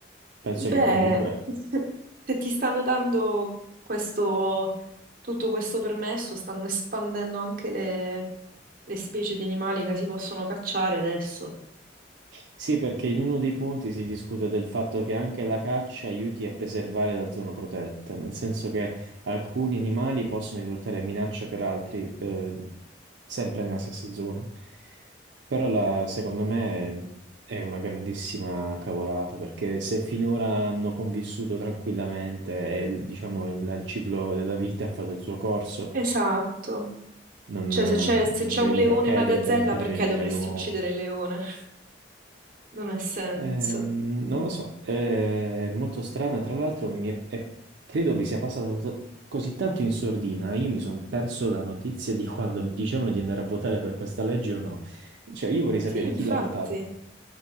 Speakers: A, on the right; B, on the right.
A: Penso
B: Beh,
A: che comunque
B: <laughs> se ti stanno dando questo, tutto questo permesso, stanno espandendo anche le, le specie di animali che si possono cacciare adesso.
A: Sì, perché in uno dei punti si discute del fatto che anche la caccia aiuti a preservare la zona protetta, nel senso che alcuni animali possono risultare minaccia per altri, eh, sempre nella stessa zona. Però la- secondo me è una grandissima cavolata, perché se finora hanno convissuto tranquillamente e diciamo il, il ciclo della vita ha fatto il suo corso,
B: Esatto.
A: non
B: Cioè, se c'è se
A: non
B: c'è
A: vedo
B: un leone
A: perché
B: e una gazzella,
A: debba intervenire
B: perché dovresti
A: l'uomo.
B: uccidere il leone? <laughs> Non ha senso.
A: Ehm, non lo so, è molto strana. Tra l'altro, mi è- è- credo che sia passata t- così tanto in sordina. Io mi sono perso la notizia di quando dicevano di andare a votare per questa legge o no. Cioè, io vorrei sapere
B: Sì, infatti.
A: chi l'ha votata,